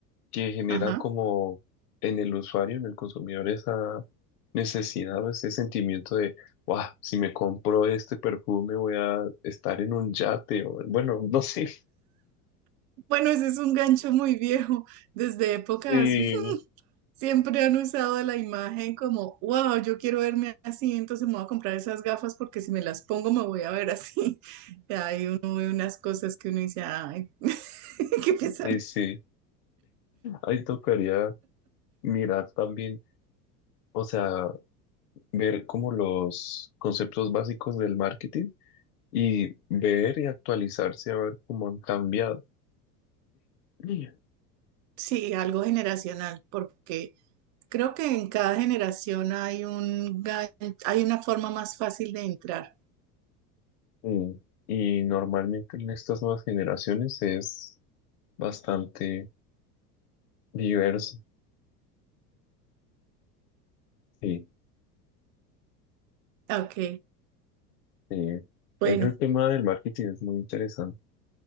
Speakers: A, on the left; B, on the right.
A: que genera
B: ajá.
A: como en el usuario, en el consumidor, esa necesidad o ese sentimiento de, wow, si me compro este perfume voy a estar en un yate, o bueno, no sé. <laughs>
B: Bueno, ese es un gancho muy viejo, desde épocas
A: Sí,
B: Siempre han usado la imagen como, wow, yo quiero verme así, entonces me voy a comprar esas gafas porque si me las pongo me voy a ver así. <laughs> Y ahí uno ve unas cosas que uno dice, ay, <laughs> qué pesar.
A: ahí sí, ahí tocaría mirar también, o sea, ver como los conceptos básicos del marketing y ver y actualizarse a ver cómo han cambiado. Sí.
B: Sí, algo generacional, porque creo que en cada generación hay un, gan- hay una forma más fácil de entrar.
A: Mm, Y normalmente en estas nuevas generaciones es bastante diverso. Sí,
B: Ok,
A: sí.
B: bueno,
A: Ese tema del marketing es muy interesante.